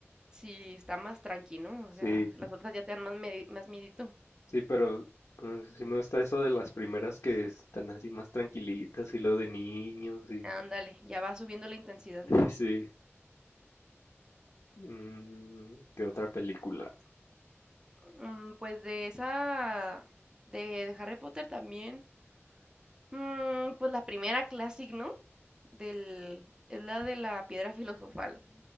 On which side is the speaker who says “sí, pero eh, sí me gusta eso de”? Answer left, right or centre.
Left